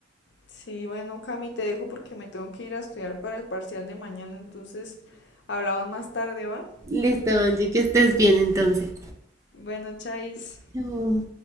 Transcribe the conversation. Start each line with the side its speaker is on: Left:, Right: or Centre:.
Left: Sí, bueno, Cami, te dejo porque me tengo que ir a estudiar para el parcial de mañana, entonces hablamos más tarde, ¿va?
Right: Listo, Angie, que estés bien entonces.
Left: Bueno, chais.
Right: Chao.